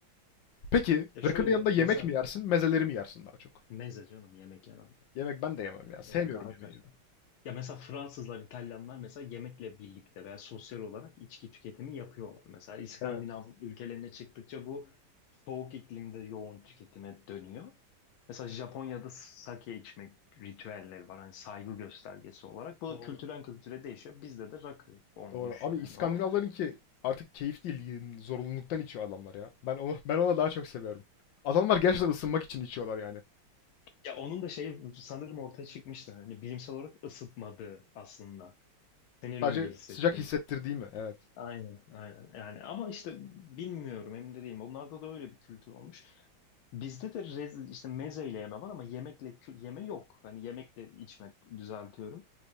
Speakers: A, on the left; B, on the left.
A: Peki
B: Ya şöyle
A: rakının yanında yemek
B: mesela
A: mi yersin, mezeleri mi yersin daha çok?
B: meze canım yemek yenen.
A: Yemek ben de yemem ya. Sevmiyorum
B: Yemek ağır
A: yemeği.
B: kaçar. Ya mesela Fransızlar, İtalyanlar mesela yemekle birlikte veya sosyal olarak içki tüketimi yapıyorlar. Mesela İskandinav
A: Evet,
B: ülkelerine çıktıkça bu soğuk iklimde yoğun tüketime dönüyor. Mesela Japonya'da sake içmek ritüelleri var. Hani saygı göstergesi olarak. Bu
A: doğru.
B: da kültürden kültüre değişiyor. Bizde de rakı olmuş
A: Doğru. Abi İskandinavların
B: yani o.
A: ki artık keyif değil, y- zorunluluktan içiyor adamlar ya. Ben onu ben ona daha çok seviyorum. Adamlar gerçekten ısınmak için içiyorlar yani.
B: Ya onun da şey sanırım ortaya çıkmıştı. Hani bilimsel olarak ısıtmadığı aslında. Senin
A: Sadece
B: öyle hissettiğin.
A: sıcak hissettirdiği mi? Evet.
B: Aynen, aynen. Yani ama işte bilmiyorum, emin de değilim. Onlarda da öyle bir kültür olmuş. Bizde de rezil, işte mezeyle yeme var ama yemekle kü- yeme yok. Hani yemekle içmek düzeltiyorum.